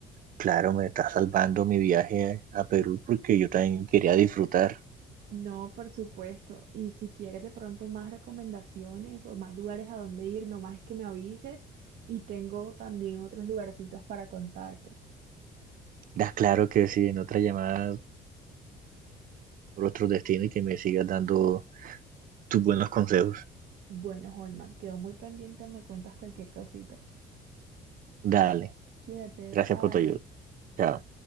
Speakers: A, on the right; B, on the right.
A: Claro, me está salvando mi viaje a, a Perú porque yo también quería disfrutar.
B: No, por supuesto. Y si quieres de pronto más recomendaciones o más lugares a donde ir, nomás es que me avises y tengo también otros lugarcitos para contarte.
A: Da claro que sí en otra llamada por otro destino y que me sigas dando tus buenos consejos.
B: Bueno, Holman, quedo muy pendiente, me cuentas cualquier cosita.
A: Dale,
B: Cuídate,
A: gracias
B: bye.
A: por tu ayuda. Chao.